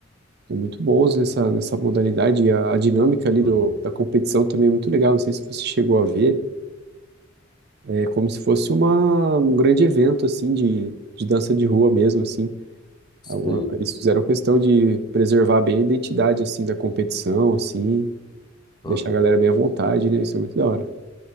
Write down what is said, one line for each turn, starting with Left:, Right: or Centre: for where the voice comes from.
Right: são muito bons nessa, nessa modalidade. E a, a dinâmica ali do,
Left: Uhum.
Right: da competição também é muito legal. Não sei se você chegou a ver. É como se fosse uma, um grande evento, assim, de, de dança de rua mesmo, assim.
Left: Sim.
Right: A- o- Eles fizeram questão de preservar bem a identidade, assim, da competição, assim, deixar
Left: Aham.
Right: a galera bem à vontade, né? Isso é muito da hora.